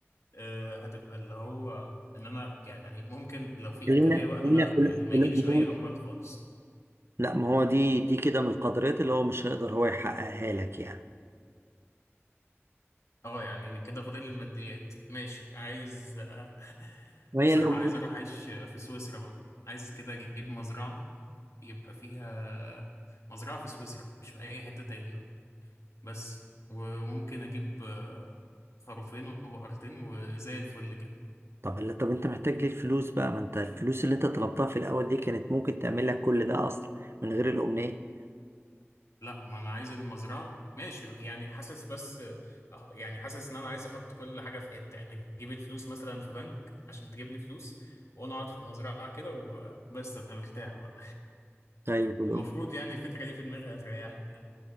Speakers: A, on the left; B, on the right.
A: آه، هتبقى اللي هو ان انا يعني ممكن لو في
B: خلينا
A: امكانيه بقى
B: خلينا
A: ان انا
B: في ال-
A: يعني ما
B: في
A: يجيليش
B: الأمنية
A: اي امراض خالص
B: لا ما هو دي دي كده من القدرات اللي هو مش هيقدر هو يحققها لك يعني
A: اه يعني كده فاضل لي الماديات ماشي عايز آه، <laughs>
B: وهي
A: بصراحه
B: الأمنية
A: عايز اروح اعيش في سويسرا بقى عايز كده اجيب مزرعه يبقى فيها مزرعه في سويسرا مش في اي حته تاني بقى بس وممكن اجيب آه، خروفين وبقرتين وزي الفل كده
B: طب اللي طب انت محتاج ليه الفلوس بقى ما انت الفلوس اللي انت طلبتها في الاول دي كانت ممكن تعمل لك كل ده اصلا من غير الامنية
A: لا ما انا عايز المزرعه ماشي يعني حاسس بس يعني حاسس ان انا عايز احط كل حاجه في حته يعني اجيب الفلوس مثلا في بنك عشان تجيب لي فلوس وانا اقعد في المزرعه كده وبس ابقى مرتاح بقى
B: طيب والأم...
A: المفروض يعني الفكره دي في دماغي هتريحني يعني